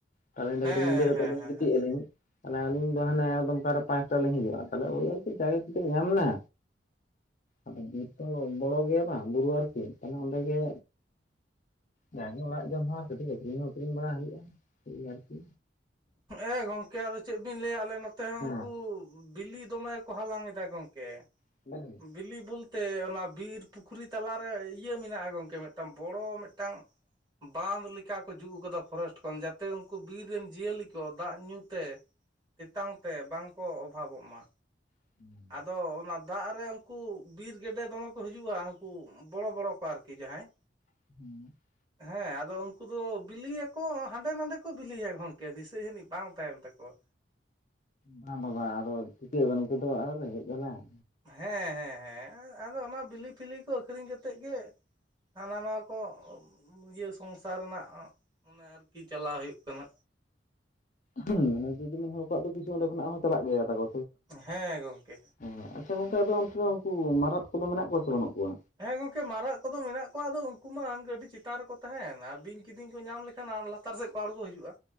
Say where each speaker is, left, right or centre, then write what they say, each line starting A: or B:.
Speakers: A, on the left (about 45°); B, on the right (about 25°).
A: ᱛᱟᱦᱚ ᱟᱞᱤᱧ
B: ᱦᱮᱸ
A: ᱫᱚ ᱠᱟᱹᱴᱤᱡ ᱧᱤᱫᱟᱹ ᱠᱟᱛᱮ
B: ᱦᱮᱸ
A: ᱞᱤᱧ
B: ᱦᱮᱸ
A: ᱜᱤᱛᱤᱡ
B: ᱦᱮᱸ
A: ᱟᱹᱞᱤᱧ ᱦᱟᱱᱮ ᱟᱹᱞᱤᱧ ᱫᱚ ᱦᱟᱱᱮ ᱮᱠᱫᱚᱢ ᱚᱠᱟᱨᱮ ᱯᱟᱸᱪᱴᱟ ᱨᱮ ᱞᱤᱧ ᱦᱤᱡᱩᱜᱼᱟ᱾ ᱟᱫᱚ ᱳᱫ ᱦᱚᱸ ᱠᱟᱴᱤᱡ ᱡᱟᱜᱜᱟ ᱠᱟᱹᱴᱤᱡ ᱧᱟᱢ ᱮᱱᱟ᱾ ᱟᱫᱚ ᱵᱤᱨᱛᱚ ᱵᱚᱲᱚ ᱜᱮᱭᱟ ᱵᱟᱝ ᱵᱩᱨᱩ ᱟᱨᱠᱤ ᱛᱟᱦᱚᱞᱮ ᱚᱸᱰᱮ ᱜᱮ ᱡᱟᱜᱮ ᱚᱲᱟᱜ ᱡᱚᱢ ᱦᱚᱸ ᱟᱨ ᱠᱟᱹᱴᱤᱡ ᱟᱹᱠᱷᱨᱤᱧ ᱦᱚᱸ ᱟᱹᱷᱨᱤᱧ ᱵᱟᱲᱟ ᱦᱩᱭᱩᱜᱼᱟ ᱟᱨᱠᱤ
B: ᱮᱮᱸ ᱜᱚᱝᱠᱮ ᱟᱫᱚ ᱪᱮᱫ ᱵᱤᱱ ᱞᱟᱹᱭᱟ ᱟᱞᱮ ᱱᱚᱛᱮ ᱦᱚᱸ
A: ᱦᱮᱸ
B: ᱩᱱᱠᱩᱻ ᱵᱤᱞᱤ ᱫᱚᱢᱮ ᱠᱚ ᱦᱟᱞᱟᱝ ᱮᱫᱟ ᱜᱚᱢᱠᱮ
A: <unintelligible>
B: ᱵᱤᱞᱤ ᱵᱚᱞᱛᱮ ᱚᱱᱟ ᱵᱤᱨ ᱯᱩᱠᱷᱨᱤ ᱛᱟᱞᱟᱨᱮ ᱤᱭᱟᱹ ᱢᱮᱱᱟᱜᱼᱟ ᱜᱚᱝᱠᱮ ᱢᱤᱫᱴᱟᱝ ᱵᱚᱲᱚ ᱢᱤᱫᱴᱟᱝ ᱵᱟᱸᱫ ᱞᱮᱠᱟ ᱠᱚ ᱡᱩᱛ ᱟᱠᱟᱫᱟ ᱯᱷᱚᱨᱮᱥᱴ ᱡᱟᱛᱮ ᱩᱱᱠᱩ ᱵᱤᱨ ᱨᱮᱱ ᱡᱤᱭᱟᱹᱞᱤ ᱠᱚ ᱫᱟᱜ ᱧᱩᱸ ᱛᱮ ᱛᱮᱛᱟᱝ ᱛᱮ ᱵᱟᱝᱠᱚ ᱚᱵᱷᱟᱵᱚᱜ ᱢᱟ᱾
A: <inaudible>
B: ᱟᱫᱚ ᱚᱱᱟ ᱫᱟᱜ ᱨᱮ ᱩᱱᱠᱩ ᱵᱤᱨ ᱜᱮᱰᱮ ᱫᱚᱢᱮ ᱠᱚ ᱦᱤᱡᱩᱜᱼᱟ ᱩᱱᱠᱩᱼᱼ ᱵᱚᱲᱚ ᱵᱚᱲᱚ ᱠᱚ ᱟᱨᱠᱤ ᱡᱟᱦᱟᱸᱭ
A: <inaudible>
B: ᱦᱮᱸ ᱟᱫᱚ ᱩᱱᱠᱩ ᱫᱚ ᱵᱤᱞᱤᱭᱟᱠᱚ ᱦᱟᱸᱰᱮ ᱱᱟᱰᱮ ᱠᱚ ᱵᱤᱞᱤᱭᱟ ᱜᱚᱝᱠᱮ ᱫᱤᱥᱟᱹ ᱡᱟᱹᱱᱤᱡ ᱵᱟᱝ ᱛᱟᱦᱮᱱ ᱛᱟᱠᱚᱣᱟ᱾
A: ᱚᱱᱟ ᱫᱚ ᱵᱟᱝ ᱟᱫᱚ ᱪᱷᱤᱠᱟᱹᱭ ᱩᱱᱠᱩ ᱫᱚ ᱟᱨ ᱨᱮᱜᱮᱸᱡ ᱡᱟᱞᱟ ᱟᱨ
B: ᱦᱮᱸ ᱦᱮᱸ ᱦᱮᱸ ᱦᱮᱸ ᱟᱫᱚ ᱚᱱᱟ ᱵᱤᱞᱤᱯᱷᱤᱞᱤ ᱠᱚ ᱟᱹᱷᱨᱤᱧ ᱠᱟᱛᱮᱫ ᱜᱮᱼᱼ ᱦᱟᱱᱟ ᱱᱚᱣᱟ ᱠᱚ ᱤᱭᱟᱹ ᱥᱚᱝᱥᱟᱨ ᱨᱮᱱᱟᱜ ᱚᱱᱮ ᱟᱨᱠᱤ ᱪᱟᱞᱟᱣ ᱦᱩᱭᱩᱜ ᱠᱟᱱᱟ᱾
A: ᱦᱩᱸ ᱚᱱᱟᱡᱩᱫᱤ ᱦᱚᱲ ᱠᱚᱣᱟᱜ ᱫᱚ ᱠᱤᱪᱷᱩ ᱚᱸᱰᱮ ᱠᱷᱚᱱᱟᱜ ᱦᱚᱸ ᱪᱟᱞᱟᱜ ᱜᱮᱭᱟ ᱛᱟᱠᱚᱼᱼ
B: ᱦᱮᱸ ᱜᱚᱝᱠᱮ
A: ᱚ ᱟᱪᱪᱷᱟ ᱜᱚᱝᱠᱮ ᱟᱫᱚ ᱚᱱᱛᱮ ᱫᱚ ᱩᱱᱠᱩ ᱢᱟᱨᱟᱫ ᱠᱚᱫᱚ ᱢᱮᱱᱟᱜ ᱠᱚᱣᱟ ᱥᱮ ᱵᱟᱹᱱᱩᱜ ᱠᱚᱣᱟ᱾
B: ᱦᱮᱸ ᱜᱚᱢᱠᱮ ᱢᱟᱨᱟᱜ ᱠᱚᱫᱚ ᱢᱮᱱᱟᱜ ᱠᱚᱣᱟ ᱟᱫᱚ ᱩᱱᱠᱩ ᱢᱟ ᱟᱹᱰᱤ ᱪᱮᱛᱟᱱ ᱨᱮᱠᱚ ᱛᱟᱦᱮᱱᱼᱼ ᱵᱤᱧ ᱠᱤᱫᱤᱧ ᱠᱚ ᱧᱟᱢ ᱞᱮᱠᱷᱟᱱ ᱞᱟᱛᱟᱨ ᱥᱮᱫ ᱠᱚ ᱟᱬᱜᱚ ᱦᱤᱡᱩᱜᱼᱟ